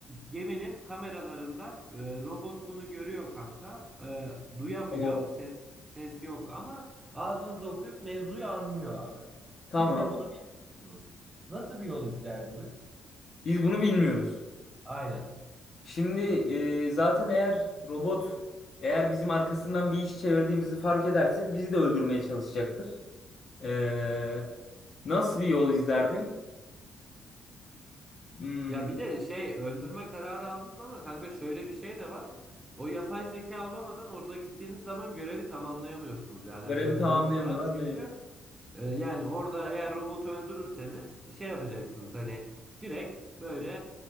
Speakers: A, on the right (about 20°); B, on the left (about 50°).
A: geminin kameralarından e, robot bunu görüyor kanka. E, duyamıyor.
B: Oo
A: Ses ses yok ama ağzınızda okuyup mevzuyu anlıyor abi.
B: tamam.
A: Siz de bunu biliyorsunuz. Nasıl bir yol izlerdiniz?
B: Biz bunu bilmiyoruz.
A: Aynen.
B: Şimdi e, zaten eğer robot eğer bizim arkasından bir iş çevirdiğimizi fark ederse bizi de öldürmeye çalışacaktır. E, nasıl bir yol izlerdim? Hmm,
A: Ya bir de şey öldürme kararı aldınız ama kanka şöyle bir şey de var. O yapay zeka olamadan orada gittiğiniz zaman görevi tamamlayamıyorsunuz. Yani
B: görevi
A: öyle
B: tamamlayamadan
A: bir durum da var. Çünkü
B: da
A: e, yani orada eğer robotu öldürürseniz şey yapacaksınız hani direkt böyle